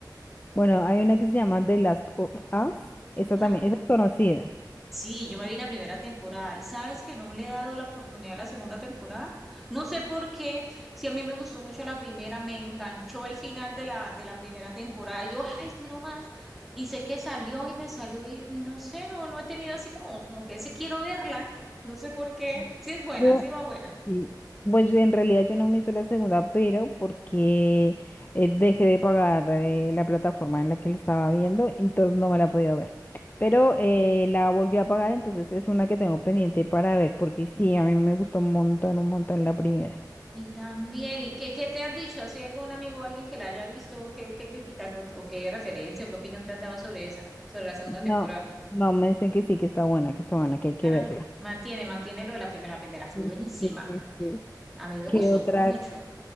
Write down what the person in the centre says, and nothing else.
Ah,
sí, yo me vi la primera temporada y sabes que no le he dado la oportunidad a la segunda temporada. No sé por qué, si a mí me gustó mucho la primera, me enganchó el final de la, de la primera temporada. Yo, ay, quiero más. Y sé que salió y me salió y, y no sé, no, no he tenido así como, como que ese quiero verla. No sé por qué.
Sí es buena,
sí va buena.
Ah,
Y también, ¿y qué, qué te han dicho? ¿Así algún amigo o alguien que la haya visto? ¿Qué, qué crítica o, o qué referencia o qué opinión te han dado sobre esa, sobre la segunda
temporada?
Claro,
mantiene, mantiene lo de la primera. La primera fue
buenísima.
A mí me gustó
mucho.